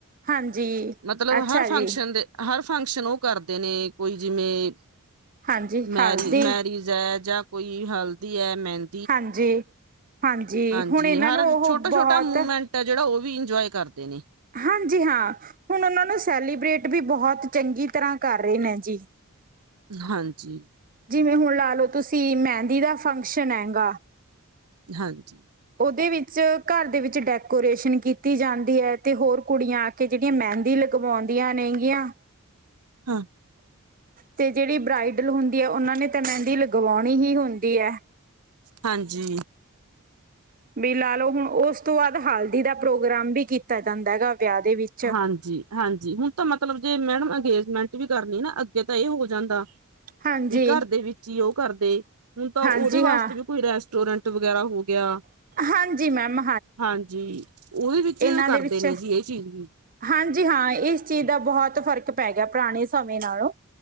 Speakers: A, on the right (about 40°); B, on the right (about 85°).
A: ਹਾਂਜੀ।
B: ਮਤਲਬ
A: ਅੱਛਾ
B: ਹਰ ਫੰਕਸ਼ਨ
A: ਜੀ
B: ਦੇ ਹਰ ਫੰਕਸ਼ਨ ਉਹ ਕਰਦੇ ਨੇ ਕੋਈ ਜਿਵੇਂ
A: ਹਾਂਜੀ
B: ਮੈਰੀ
A: ਹਲਦੀ
B: ਮੈਰਿਜ਼ ਹੈ ਜਾਂ ਕੋਈ ਹਲਦੀ ਹੈ ਮਹਿੰ
A: ਹਾਂਜੀ-ਹਾਂਜੀ
B: ਹਾਂਜੀ
A: ਹੁਣ ਇਹਨਾਂ
B: ਹਰ
A: ਨੂੰ ਉਹ
B: ਛੋਟਾ
A: ਬਹੁਤ
B: ਛੋਟਾ <unintelligible> ਜਿਹੜਾ ਉਹ ਵੀ ਇੰਜੋਏ ਕਰਦੇ ਨੇ।
A: ਹਾਂਜੀ ਹਾ ਹੁਨ ਉਹਨਾ ਨੂੰ ਸੈਲੀਬ੍ਰੇਟ ਵੀ ਬਹੁਤ ਚੰਗੀ ਤਰਾ ਕਰ ਰਹੇ ਨੇ ਜੀ।
B: ਹਾਂਜੀ।
A: ਜਿਵੇਂ ਹੁਣ ਲਾ ਲਓ ਤੁਸੀ, ਮਹਿੰਦੀ ਦਾ ਫੰਕਸ਼ਨ ਹੈਂਗਾ।
B: ਹਾਂਜੀ।
A: ਉਹਦੇ ਵਿੱਚ, ਘਰ ਦੇ ਵਿੱਚ ਡੈਕੋਰੇਸ਼ਨ ਕੀਤੀ ਜਾਂਦੀ ਹੈ। ਤੇ ਹੋਰ ਕੁੜੀਆਂ ਕਿ ਜਿਹੜੀਆਂ ਮਹਿੰਦੀ ਲਗਵਾਉਂਦੀਆਂ ਨੇਗੀਆਂ।
B: ਹੰ
A: ਤੇ ਜਿਹੜੀ ਬਰਾਇਡਲ ਹੁੰਦੀ ਹੈ, ਉਹਨਾਂ ਨੇ ਤਾਂ ਮਹਿੰਦੀ ਲਗਵਾਉਣੀ ਹੀ ਹੁੰਦੀ ਹੈ।
B: ਹਾਂਜੀ।
A: ਬਈ ਲਾ ਲਓ ਹੁਣ ਉਸ ਤੋ ਬਾਅਦ ਹਲਦੀ ਦਾ ਪ੍ਰੋਗਰਾਮ ਬੀ ਕੀਤਾ ਜਾਂਦਾ ਹੈਗਾ, ਵਿਆਹ ਦੇ ਵਿੱਚ।
B: ਹਾਂਜੀ-ਹਾਂਜੀ ਹੁਣ ਤਾ ਮਤਲਬ ਜੇ ਮੈਡਮ ਅੰਗੇਜਮੈਂਟ ਵੀ ਕਰਨੀ ਨਾ, ਅੱਗੇ ਤਾ ਇਹ ਹੋ ਜਾਂਦਾ।
A: ਹਾਂਜੀ
B: ਵੀ ਘਰ ਦੇ ਵਿੱਚ ਹੀ ਉਹ ਕਰਦੇ। ਹੁਣ ਤਾ
A: ਹਾਂਜੀ
B: ਉਹਦੇ ਵਾਸਤੇ
A: ਹਾਂ
B: ਵੀ ਕੋਈ ਰੈਸਟੋਰੈਂਟ ਵਗੈਰਾ ਹੋ ਗਿਆ।
A: ਹਾਂਜੀ ਮੈਮ
B: ਹਾਂਜੀ, ਉਹਦੇ ਵਿੱਚ
A: ਇਹਨਾਂ
B: ਕਰਦੇ
A: ਦੇ ਵਿੱਚ
B: ਨੇ ਜੀ ਇਹ ਚੀਜ ਵੀ।
A: ਹਾਂਜੀ, ਹਾਂ ਇਸ ਚੀਜ ਦਾ ਬਹੁਤ ਫਰਕ ਪੈ ਗਿਆ ਪੁਰਾਣੇ ਸਮੇਂ ਨਾਲੋਂ।